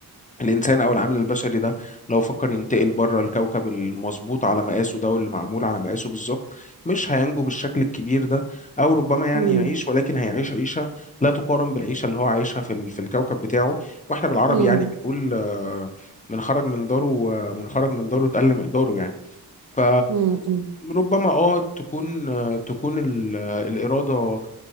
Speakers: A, on the left (about 20°); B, on the right (about 60°).
A: الإنسان أو العامل البشري ده لو فكر ينتقل بره الكوكب المظبوط على مقاسه ده واللي معمول على مقاسه بالظبط مش هينجو بالشكل الكبير ده أو ربما يعني
B: مم،
A: يعيش ولكن هيعيش عيشة لا تقارن بالعيشة اللي هو عايشها في ال- في الكوكب بتاعه وإحنا بالعربي
B: مم،
A: يعني بنقول آه، من خرج من داره آه، من خرج من داره اتقل مقداره يعني ف
B: مم،
A: ربما اه تكون آه، تكون ال- آه، الإرادة